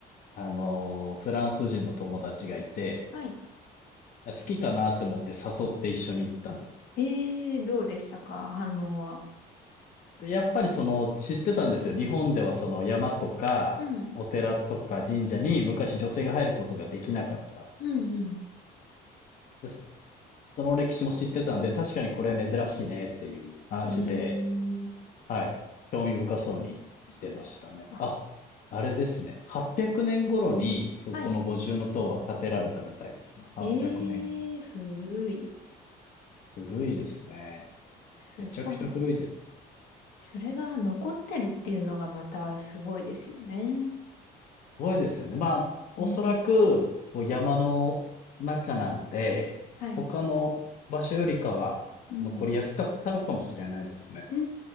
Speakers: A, on the left (about 50°); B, on the left (about 75°).
A: あの、フランス人の友達がいて、
B: はい。
A: 好きかなと思って誘って一緒に行ったんです。
B: えーどうでしたか反応は。
A: で、やっぱりその、知ってたんですよ。日本ではその山とか、
B: うん、
A: お寺とか神社に昔女性が入ることができなかったっていう。
B: うん、
A: で、その歴史も知ってたんで、確かにこれ珍しいねっていう話で、
B: うん。えー
A: はい。興味深そうに見てましたね。
B: あ、
A: あ、あれですね。800年頃に、そう、
B: はい。
A: この五重塔は建てられたみたいですね。800年。
B: ええ古い。
A: 古いですね。
B: すごい。
A: めちゃくちゃ古いです。
B: それが残ってるっていうのがまたすごいですよね。
A: ごいですよね。まあ、おそらく、
B: うん。
A: こう山の中なんで、
B: はい。
A: 他の場所よりかは残りやすかったのかもしれないですね。
B: うん、う